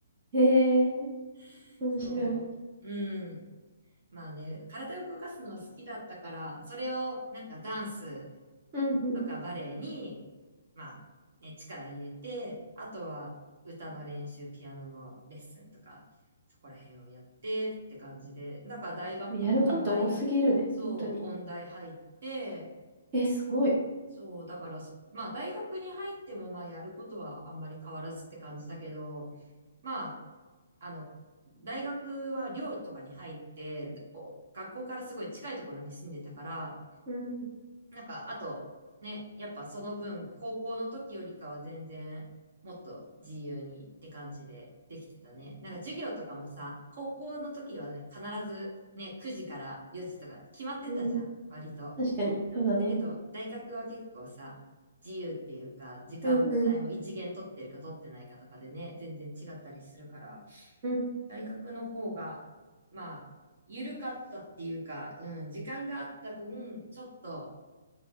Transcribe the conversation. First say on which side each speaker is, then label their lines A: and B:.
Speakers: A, on the right; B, on the right.
A: へえ、
B: <laughs>
A: 面白い。
B: そう、うん。まあね、体を動かすのは好きだったから、それをなんかダンス
A: うんう
B: とかバレエに、まあ、ね、力入れて、あとは歌の練習、ピアノのレッスンとか、そこら辺をやってって感じで、だから大学も音大、
A: ん。やること多すぎるね、
B: そう、
A: 本当に。
B: 音大入って、
A: え、すごい。
B: そう、だからそ、まあ大学に入ってもまあやることはあんまり変わらずって感じだけど、まあ、あの、大学は寮とかに入って、お学校からすごい近いところに住んでたから、
A: うん
B: なんか、あと、ね、やっぱその分、高校の時よりかは全然、もっと自由にって感じでできてたね。なんか授業とかもさ、高校の時はね、必ずね、9時から4時とか決まってたじゃん、
A: うん。
B: 割と。
A: 確かに、そうだね。
B: だけど、大学は結構さ、自由っていうか、時間帯も一限取ってるか取ってないかとかでね、
A: うんうん
B: 全然違ったりするから、
A: うん。うん
B: 大学の方が、まあ、緩かったっていうか、うん、時間があった分、ちょっと